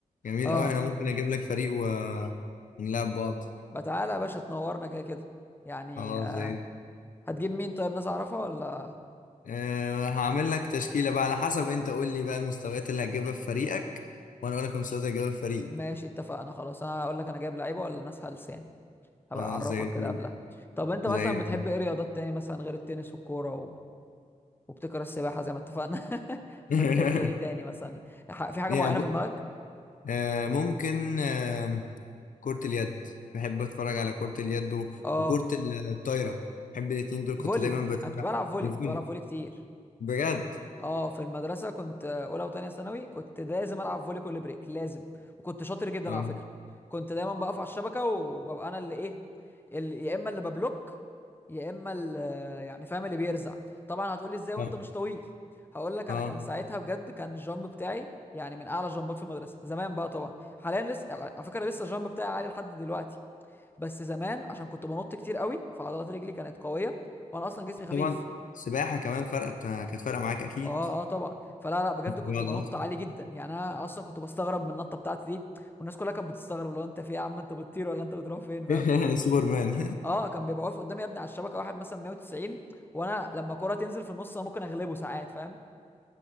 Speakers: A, on the left (about 75°); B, on the left (about 15°).
A: جميل
B: اه
A: أوي أنا ممكن أجيب لك فريق ونلعب بعض
B: بقى تعالى يا باشا تنورنا كده كده يعني
A: خلاص
B: آه،
A: زي ال-
B: هتجيب مين طيب ناس اعرفها ولا
A: أه هعمل لك تشكيلة بقى على حسب أنت قول لي بقى المستويات اللي هتجيبها في فريقك وأنا أقول لك المستويات اللي هتجيبها في فريقي
B: ماشي اتفقنا خلاص انا اقول لك انا جايب لعيبه ولا ناس هلس يعني هبقى
A: خلاص
B: اعرفك
A: زي الفل
B: كده قبلها طب انت مثلا
A: زي الفل
B: بتحب ايه رياضات تاني مثلا غير التنس والكوره و... وبتكره السباحه زي ما اتفقنا <laughs> فبتحب
A: <laughs>
B: ايه تاني مثلا ح- في حاجه
A: يعني
B: معينه
A: ب...
B: في دماغك
A: أه ممكن آه، كرة اليد بحب اتفرج على كرة اليد و-
B: اه
A: وكرة ال- الطايرة بحب الاتنين دول كنت
B: فولي
A: دايما بتابع
B: انا كنت بلعب فولي
A: الفيلم
B: كنت بلعب فولي كتير
A: بجد
B: اه في المدرسه كنت اولى وتانية ثانوي كنت لازم العب فولي كل بريك لازم وكنت شاطر جدا
A: اه
B: على فكره كنت دايما بقف على الشبكه وببقى انا اللي ايه اللي يا اما اللي ببلوك يا اما اللي يعني فاهم اللي بيرزع طبعا هتقولي ازاي وانت
A: اه
B: مش طويل هقول لك انا
A: اه
B: كان ساعتها بجد كان الجامب بتاعي يعني من اعلى الجامبات في المدرسه زمان بقى طبعا حاليا لسه على فكره لسه الجامب بتاعي عالي لحد دلوقتي بس زمان عشان كنت بنط كتير قوي فعضلات رجلي كانت قويه وانا اصلا جسمي خفيف
A: طبعا السباحة كمان فرقت كانت فارقة معاك اكيد
B: اه اه طبعا فلا لا بجد كنت
A: عضلات
B: بنط عالي جدا يعني انا اصلا كنت بستغرب من النطه بتاعتي دي والناس كلها كانت بتستغرب لو انت في ايه يا عم انت بتطير ولا انت بتروح فين فاهم
A: <laughs> سوبرمان
B: اه كان بيبقى واقف قدامي يا ابني على الشبكه واحد مثلا 190 وانا لما كرة تنزل في النص انا ممكن اغلبه ساعات فاهم